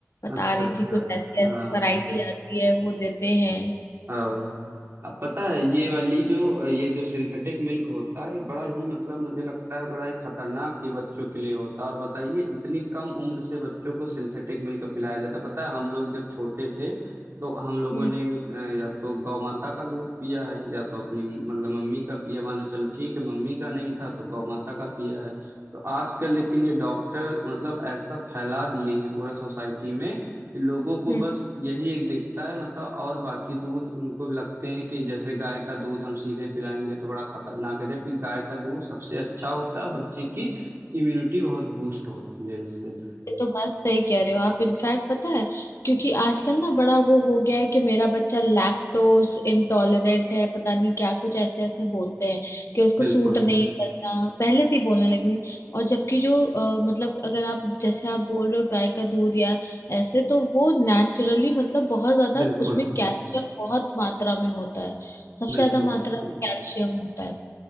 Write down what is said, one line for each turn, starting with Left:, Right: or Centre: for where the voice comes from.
Left: बता
Right: अच्छा
Left: रही
Right: अच्छा
Left: थी कुछ ऐसे
Right: हाँ
Left: ऐसे वैरायटी
Right: हाँ
Left: आती है वो देते हैं
Right: अब अब पता है ये वाली जो ये जो सिंथेटिक मिल्क होता है ये बड़ा ही मतलब मुझे लगता है बड़ा ही खतरनाक ये बच्चों के लिए होता है और बताइए इतनी कम उम्र से बच्चों को सिंथेटिक मिल्क पिलाया जाता है पता है हम लोग जब छोटे थे तो हम लोगों
Left: हम्म
Right: ने अ, या तो गौ माता का दूध पिया है या तो अपनी मतलब मम्मी का पिया मान लो चलो ठीक है मम्मी का नहीं था तो गौ माता का पिया है तो आजकल लेकिन ये डॉक्टर मतलब ऐसा फैला दिए हैं पूरा सोसाइटी में लोगों को
Left: हम्म
Right: बस यही एक दिखता है मतलब और बाकी दूध उनको लगते हैं कि जैसे गाय का दूध हम सीधे पिलाएंगे तो बड़ा खतरनाक है जबकि गाय का दूध सबसे अच्छा होता है बच्चे की इम्यूनिटी बहुत बूस्ट होती है इससे
Left: ये तो बात सही कह रहे हो आप इनफैक्ट पता है क्योंकि आजकल ना बड़ा वो हो गया है कि मेरा बच्चा लैक्टोज इंटॉलरेंट है पता नहीं क्या कुछ ऐसे ऐसे बोलते हैं कि उसको
Right: बिल्कुल
Left: सूट नहीं करता पहले से ही बोलने लगी और जबकि जो अ, मतलब अगर आप जैसे आप बोल रहे हो गाय का दूध या ऐसे तो वो नेचुरली मतलब बहुत ज्यादा
Right: बिल्कुल
Left: उसमें कैल्शियम बहुत मात्रा में होता है सबसे
Right: बिल्कुल
Left: ज्यादा मात्रा
Right: बिल्कुल
Left: में कैल्शियम होता है